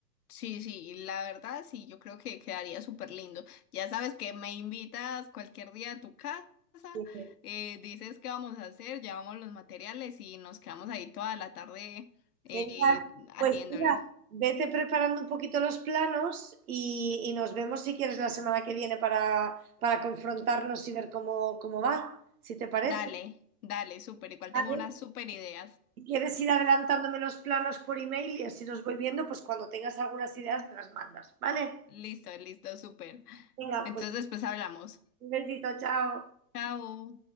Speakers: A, on the left (about 65°); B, on the right (about 60°).
A: Sí, sí, la verdad sí, yo creo que quedaría súper lindo. Ya sabes que me invitas cualquier día a tu casa,
B: Sí,
A: eh, dices qué vamos a hacer, llevamos los materiales y nos quedamos ahí toda la tarde eh,
B: genial.
A: haciéndola.
B: Pues mira, vete preparando un poquito los planos y, y nos vemos si quieres la semana que viene para, para confrontarnos y ver cómo, cómo va, si te parece.
A: Dale, dale, súper. Igual
B: ¿vale?
A: tengo unas súper ideas.
B: Si quieres ir adelantándome los planos por email y así los voy viendo, pues cuando tengas algunas ideas me las mandas, ¿vale?
A: Listo, listo, súper.
B: Venga,
A: Entonces,
B: pues
A: pues hablamos.
B: Un besito, chao.
A: Chao.